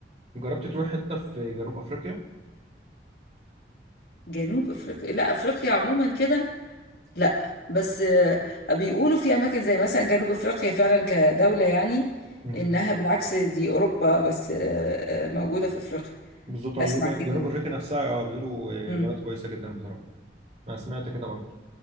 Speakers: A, on the right; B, on the left.
A: جربت تروح حته في جنوب افريقيا
B: جنوب افريقيا لا افريقيا عموما كده لا بس آه، بيقولوا في اماكن زي مثلا جنوب افريقيا فعلا كدولة يعني
A: امم
B: انها بالعكس دي اوروبا بس آه، آه، موجودة في افريقيا
A: بالظبط آه،
B: اسمع
A: بيقولوا
B: كده
A: ده- جنوب
B: يعني
A: افريقيا نفسها اه بيقولوا آه،
B: امم
A: بلد كويسه جدا بصراحه انا سمعت كده برضه